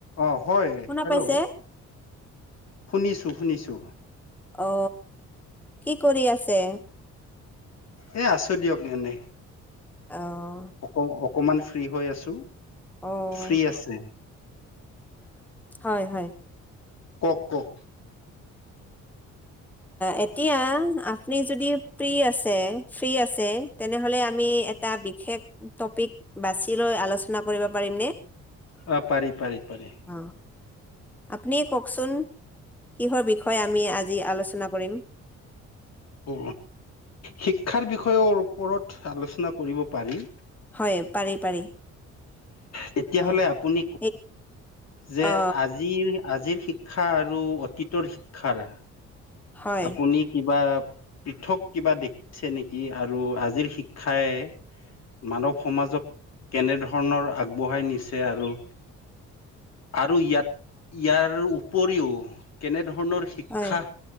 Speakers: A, on the left; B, in the centre.
A: অ, হয়
B: শুনা
A: হেল্ল,
B: পাইছে
A: শুনিছো-শুনিছো
B: অ, কি কৰি আছে?
A: এই আছোঁ দিয়ক এনেই।
B: অ,
A: অক-অকমান ফ্ৰী হৈ আছো,
B: অহ
A: ফ্ৰী আছে
B: হয়, হয়।
A: ক'ওক, ক'ওক
B: এতিয়া আপুনি যদি ফ্ৰী আছে, ফ্ৰী আছে। তেনেহ'লে আমি এটা বিশেষ টপিক বাছি লৈ আলোচনা কৰিব পাৰিমনে?
A: অ, পাৰি, পাৰি, পাৰি।
B: অ, আপুনিয়ে কওঁকচোন, কিহৰ বিষয়ে আমি আজি আলোচনা কৰিম।
A: অ, শিক্ষাৰ বিষয়ৰ ওপৰত আলোচনা কৰিব পাৰি।
B: হয়, পাৰি, পাৰি।
A: তেতিয়াহলে
B: অ
A: আপুনি
B: সেই
A: যে
B: অ
A: আজিৰ, আজিৰ শিক্ষা আৰু অতীতৰ শিক্ষাৰ
B: হয়
A: আপুনি কিবা পৃথক কিবা দেখিছে নেকি? আৰু আজিৰ শিক্ষাই মানৱ সমাজক কেনে ধৰণৰ আগবঢ়াই নিছে, আৰু আৰু ইয়াত, ইয়াৰ উপৰিও, কেনে ধৰণৰ শিক্ষা
B: হয়